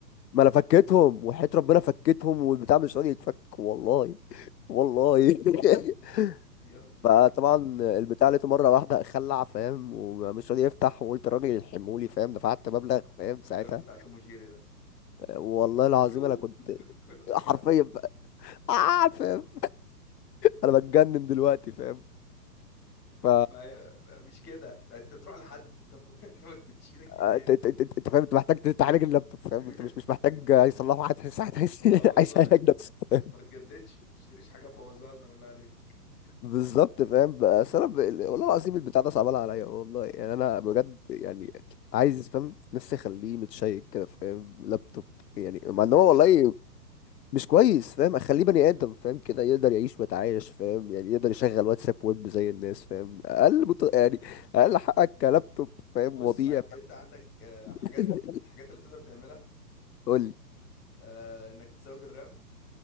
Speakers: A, on the left; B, on the left.
A: ما انا فكيتهم وحياة ربنا فكيتهم والبتاع
B: <laughs>
A: مش راضي يتفك والله والله <laughs>
B: يا ابني في
A: فطبعا
B: في
A: البتاع لقيته مره واحده خلع فاهم ومش راضي يفتح وقلت الراجل يلحمهولي فاهم دفعت مبلغ فاهم
B: انفجار
A: ساعتها
B: بتاع توم وجيري ده
A: والله العظيم
B: يو
A: انا كنت
B: <laughs> كل حاجه
A: حرفيا بقى آه فاهم انا بتجنن دلوقتي فاهم ف
B: ما هي مش كده انت تروح لحد انت <laughs> ما- انت ما تمدش ايدك فيه
A: انت
B: تاني
A: انت انت انت فاهم انت محتاج تعالج اللابتوب فاهم
B: <laughs>
A: انت مش مش محتاج يصلحه حد ساعتها عايز
B: اه
A: <laughs>
B: والله
A: عايز يعالج نفسه فاهم
B: وما تجددش ما تشتريش حاجه تبوظها لنا بالله عليك
A: بالظبط فاهم بس انا ب... والله العظيم البتاع ده صعبان عليا والله يعني انا بجد يعني عايز فاهم نفسي اخليه متشيك كده فاهم لابتوب
B: <laughs>
A: يعني
B: انت
A: مع
B: تخلي
A: ان هو والله
B: لابتوب
A: مش كويس فاهم اخليه بني ادم فاهم كده يقدر يعيش ويتعايش فاهم يعني يقدر يشغل واتساب ويب زي الناس فاهم اقل بط... يعني اقل حقك كلابتوب فاهم
B: بص
A: وضيع
B: ما انت عندك آه،
A: <laughs>
B: حاجات م... الحاجات اللي تقدر تعملها
A: قول
B: آه، انك تزود الرام